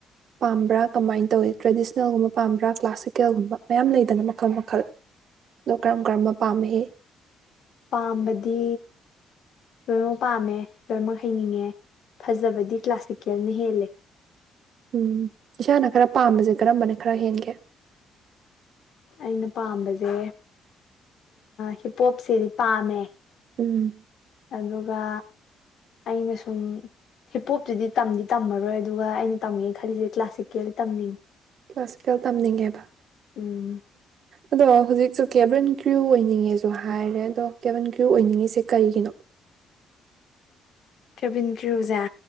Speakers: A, on the right; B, on the left.
A: ꯄꯥꯝꯕ꯭ꯔꯥ ꯀꯃꯥꯏꯅ ꯇꯧꯏ ꯇ꯭ꯔꯦꯗꯤꯁꯅꯦꯜꯒꯨꯝꯕ ꯄꯥꯝꯕ꯭ꯔꯥ ꯀ꯭ꯂꯥꯁꯤꯀꯦꯜꯒꯨꯝꯕ ꯃꯌꯥꯝ ꯂꯩꯗꯅ ꯃꯈꯜ ꯃꯈꯜ ꯑꯣ ꯀꯔꯝ ꯀꯔꯝꯕ ꯄꯥꯝꯃꯤ
B: ꯄꯥꯝꯕꯗꯤ ꯂꯣꯏꯅꯃꯛ ꯄꯥꯝꯃꯦ ꯂꯣꯏꯅꯃꯛ ꯍꯩꯅꯤꯡꯉꯦ ꯐꯖꯕꯗꯤ ꯀ꯭ꯂꯥꯁꯤꯀꯦꯜꯅ ꯍꯦꯜꯂꯦ
A: ꯎꯝ ꯏꯁꯥꯅ ꯈꯔ ꯄꯥꯝꯕꯁꯦ ꯀꯔꯝꯕꯅꯦ ꯈꯔ ꯍꯦꯟꯒꯦ
B: ꯑꯩꯅ ꯄꯥꯝꯕꯁꯦ ꯍꯤꯞꯄꯣꯞꯁꯤꯗꯤ ꯄꯥꯝꯃꯦ
A: ꯎꯝ
B: ꯑꯗꯨꯒ ꯑꯩꯅ ꯁꯨꯝ ꯍꯤꯞꯄꯣꯞꯇꯨꯗꯤ ꯇꯝꯗꯤ ꯇꯝꯃꯔꯣꯏ ꯑꯗꯨꯒ ꯑꯩꯅ ꯇꯝꯒꯦ ꯈꯜꯂꯤꯁꯦ ꯀ꯭ꯂꯥꯁꯤꯛꯀꯦꯜ ꯇꯝꯅꯤꯡꯉꯤ
A: ꯀ꯭ꯂꯥꯁꯤꯀꯦꯜ ꯇꯝꯅꯤꯡꯉꯦꯕ
B: ꯎꯝ
A: ꯑꯗꯣ ꯍꯧꯖꯤꯛꯁꯨ ꯀꯦꯕꯟ ꯀ꯭ꯔꯌꯨ ꯑꯣꯏꯅꯤꯡꯉꯦꯁꯨ ꯍꯥꯏꯔꯦ ꯑꯗꯣ ꯀꯦꯕꯔꯟ ꯀ꯭꯭ꯔꯌꯨ ꯑꯣꯏꯅꯤꯡꯉꯤꯁꯦ ꯀꯔꯤꯒꯤꯅꯣ
B: ꯀꯔ꯭ꯦꯕꯤꯟ ꯀꯔꯑꯣꯖꯥ